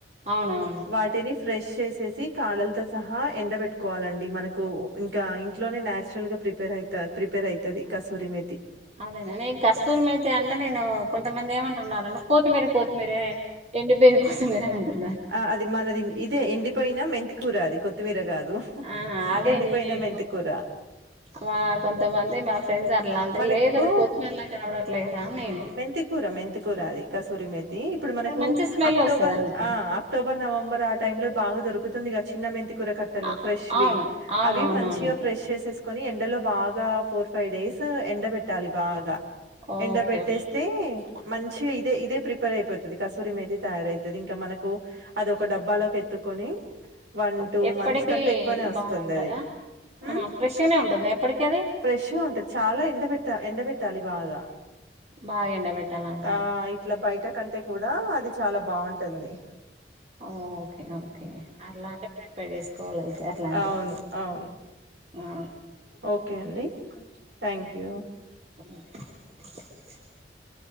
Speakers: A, on the right; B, on the right.
A: అవునవును
B: వాటిని ఫ్రెష్ చేసేసి కాడలతో సహా ఎండ పెట్టుకోవాలండి మనకు ఇంకా ఇంట్లోనే నచురల్ గా ప్రిపేర్ అయి ప్రిపేర్ అయితది కసూరి మేతి
A: అదేన న కస్తూరుమ అయితే అంటే నేను కొంతమంది ఏమంటున్నంటే కోత్తిమీర కోతిమీరే ఎండి పైన్ కొత్తిమిరా అంతారు
B: ఆ అది మనది ఇదే ఎండిపోయినా మెంతికూర అది కొత్తిమీర కాదు
A: ఆ అదే
B: ఎండిపోయిన
A: నీకు
B: మెంతికూర
A: మా కొంతమంది మా ఫ్రెండ్స్ అట్లా అంటే
B: మనకు
A: లేదు అది కొత్తిమీరలా కనబడట్లేదా అని నేను
B: మెంతికూర మెంతికూర అది కసూరి మీద ఇప్పుడు మనకు
A: కానీ మంచి స్మెల్
B: అక్టోబర్
A: వస్తదండి
B: ఆ అక్టోబర్ నవంబర్ ఆ టై లో బాగా దొరుకుతుంది చిన్న మెంతికుర కట్టలు
A: అ
B: ఫ్రెష్
A: అవును
B: వి
A: అవునవునవును
B: అవి మంచిగా ఫ్రెష కొని ఎండలో బాగా ఫోర్ ఫైవ్ డేస్ ఎండ పెట్టాలి బాగా
A: ఓకే
B: ఎండ పెట్టేస్తే
A: ఓకే
B: మంచి ఇదే ఇదే ప్రిపేర్ అయిపోతుంది కసూరి మీద తయారైతుంది ఇంకా మనకు అది ఒక డబ్బాలోకి కని వన్ టూ
A: ఎప్పటికి
B: మంత్స్ కంటే ఎక్కువనే వస్తుంది
A: బానే ఉంటదా
B: అది
A: ఆహా
B: ఉమ్
A: ఫ్రెష్గానే ఉంటుంది ఎప్పటికి అది
B: ఫ్రెష్గా ఉంటాది చాలా అలా ఎండ పెట్ట ఎండ పెట్టాలి బాగా
A: బాగా ఎండబెట్టాలంటారు
B: ఆ ఇట్లా బయట కంటే కూడా అది చాలా బాగుంటది
A: ఓకే ఓకే అలాంటి ప్రిపేర్ చేసుకోవాలి అయితే అట్లాంటివి
B: అవును అవును
A: ఆ
B: ఓకే అండి థ్యాంక్ యూ
A: అ